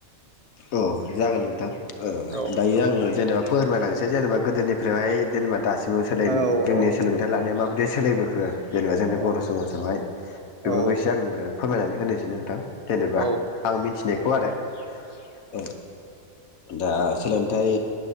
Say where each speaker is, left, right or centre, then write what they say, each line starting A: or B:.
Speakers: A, on the left; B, on the right.
A: औ जागोन नोंथां
B: औ
A: दायो आङो जेनेबा फोरमायनांसै जेनबा गोदोनिफ्रायहाय जेनबा दासिमाव
B: औ
A: जोंनि सोलोंथाइ लानाया माब सोलायबोखो जेनबा जोंनि
B: औ
A: बर' समाजावहाय बेफोरखौ
B: औ
A: एसे आङो फोरमायनानै होनोसै नोंथां जेनेबा
B: औ
A: आं मिथिनायखौ आरो औ दा सोलोंथाइ